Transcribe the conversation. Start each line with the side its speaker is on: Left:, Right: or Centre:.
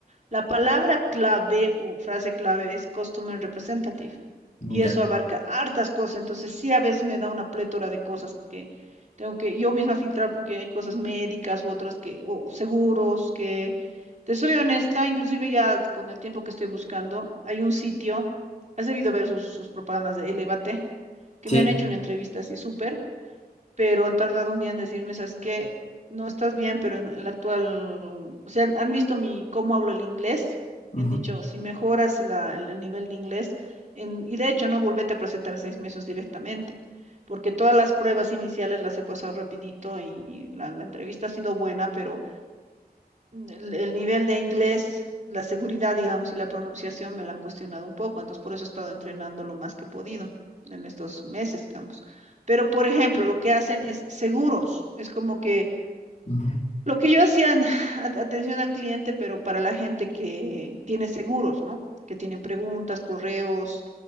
Right: La palabra clave o frase clave es Customer Representative
Left: Ya.
Right: y eso abarca hartas cosas, entonces sí a veces me da una plétora de cosas que tengo que yo misma filtrar porque hay cosas médicas u otras que, o o seguros que, te soy honesta, inclusive ya con el tiempo que estoy buscando, hay un sitio, has debido ver sus, sus propagandas de Elévate, que
Left: Sí.
Right: me han hecho una entrevista así súper pero han tardado un día en decirme, ¿sabes qué? No estás bien, pero en el actual, o sea, han visto mi cómo hablo el inglés,
Left: Ujú,
Right: y han dicho, si mejoras la- el, el nivel de inglés, en- y de hecho, no volvete a presentar seis meses directamente, porque todas las pruebas iniciales las he pasado rapidito y, y la, la entrevista ha sido buena, pero el, el nivel de inglés, la seguridad, digamos, y la pronunciación me la han cuestionado un poco, entonces por eso he estado entrenando lo más que he podido en estos meses, digamos. Pero, por ejemplo, lo que hacen es seguros, es como que
Left: ujú,
Right: lo que yo hacía en <laughs> at- atención al cliente, pero para la gente que tiene seguros, ¿no? Que tienen preguntas, correos,